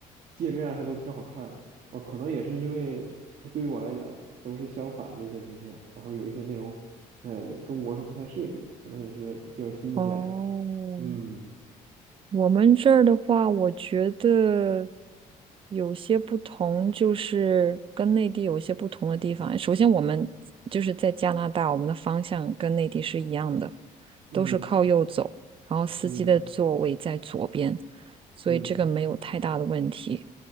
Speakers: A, on the right; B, on the right.
A: 界面还都挺好看的。哦，可能也是因为它对于我来讲都是相反的一些知识，然后有一些内容，呃，中国是不太涉及的，可能也是比较新鲜。
B: 哦，
A: 嗯
B: 我们这儿的话，我觉得有些不同，就是跟内地有些不同的地方。首先，我们就是在加拿大，我们的方向跟内地是一样的，
A: 嗯
B: 都是靠右走，然后司机的座位在左边，
A: 嗯
B: 所以这个没有太大的问题。
A: 嗯